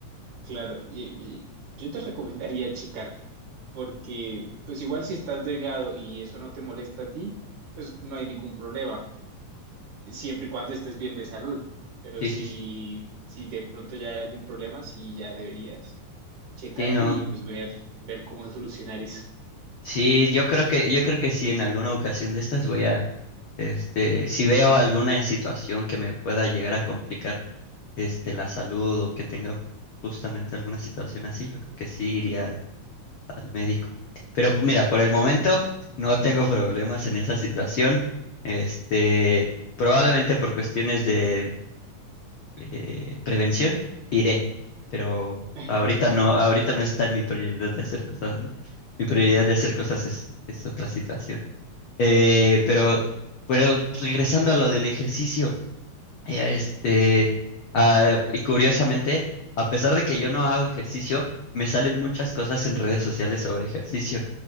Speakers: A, on the right (about 65°); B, on the left (about 70°).
A: claro, y- y yo te <laughs> recomendaría checarte, porque pues igual si estás delgado y eso no te molesta a ti, pues no hay ningún problema, de- siempre y cuando estés bien de salud. Pero
B: Sí,
A: si,
B: sí, sí.
A: si de pronto ya hay algún problema, sí ya deberías checarte
B: Sí, no.
A: y pues ver, ver cómo solucionar eso.
B: Sí, yo creo que, yo creo que sí, en alguna ocasión de estas voy a, este, si veo alguna situación que me pueda llegar a complicar, este, la salud o que tenga justamente alguna situación así, yo creo que sí iría al, al médico. Pero pues, mira, por el momento no tengo problemas en esa situación. Este, probablemente por cuestiones de eh, prevención, iré. Pero
A: <laughs>
B: ahorita no, ahorita no está en mi prioridad de hacer cosas, ¿no? Mi prioridad de hacer cosas es, es otra situación. Eh, pero, pero regresando a lo del ejercicio, eh, este, ah, y curiosamente, a pesar de que yo no hago ejercicio, me salen muchas cosas en redes sociales sobre ejercicio